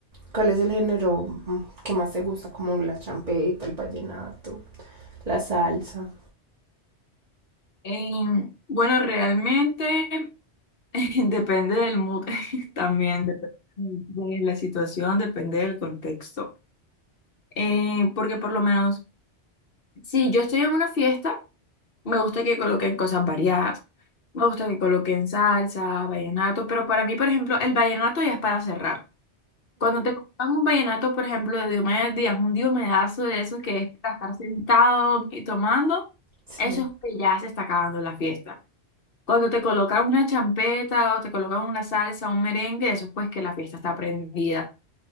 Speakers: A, on the right; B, on the left.
A: ¿Cuál es el género mm, que más te gusta? Como la champeta, el vallenato, la salsa.
B: Em, bueno, realmente <laughs> depende del mood, <laughs> también depende de la situación, depende del contexto. Eh, porque por lo menos, si yo estoy en una fiesta, me gusta que coloquen cosas variadas. Me gusta que coloquen salsa, vallenato, pero para mí, por ejemplo, el vallenato ya es para cerrar. Cuando te compras un vallenato, por ejemplo, de Diomedes Díaz, un diomedazo de esos que es para estar sentado y tomando,
A: Sí.
B: eso es que ya se está acabando la fiesta. Cuando te colocan una champeta o te colocan una salsa, un merengue, eso pues que la fiesta está prendida.